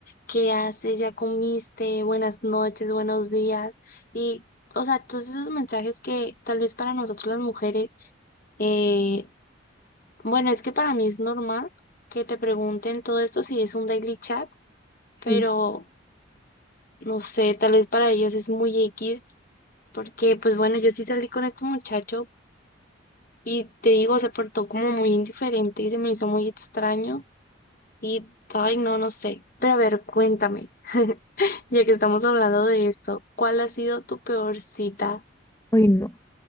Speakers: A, on the left; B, on the left.
A: qué haces, ya comiste, buenas noches, buenos días. Y, o sea, todos esos mensajes que tal vez para nosotros las mujeres eh Bueno, es que para mí es normal que te pregunten todo esto si es un daily chat,
B: Sí,
A: pero no sé, tal vez para ellos es muy X, porque pues bueno, yo sí salí con este muchacho y te digo, se portó como muy indiferente y se me hizo muy extraño y, ay, no, no sé. Pero a ver, cuéntame, ya que estamos hablando de esto, ¿cuál ha sido tu peor cita?
B: hoy no,